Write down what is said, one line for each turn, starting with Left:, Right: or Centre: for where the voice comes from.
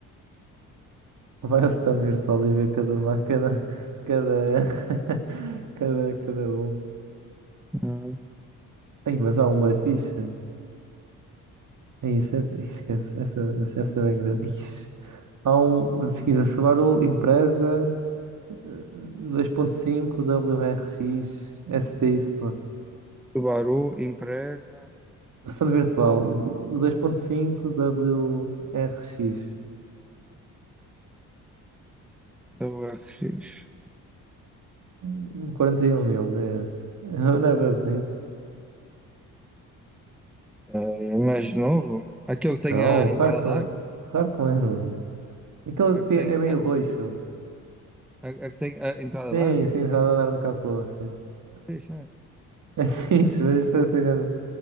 Right: Vai ao stand virtual e vê cada marca, cada, <laughs> cada, cada, cada um.
Centre: Hum.
Right: Ai, mas há uma fixe. É isso, é- esquece, essa, essa é engraçada. Há um, pesquisa Subaru empresa eh, dois ponto cinco W R X S T Sport.
Centre: Subaru, empresa,
Right: Versão virtual, o dois ponto cinco W R X
Centre: WRX.
Right: Um quarenta e um mil, é esse. Eu Não é bem bonito?
Centre: Eh, mas de novo, aquele
Right: Não,
Centre: que tem a
Right: claro
Centre: entrada
Right: que
Centre: a
Right: não
Centre: dar,
Right: é. Claro que não é novo. Aquele
Centre: a
Right: que
Centre: que tem
Right: é meio
Centre: a,
Right: roxo.
Centre: a, a que tem a entrada
Right: Sim,
Centre: a dar,
Right: sim, está a andar no capô, sim. <laughs>
Centre: Fixe, né?
Right: É fixe, mas isto deve ser grande.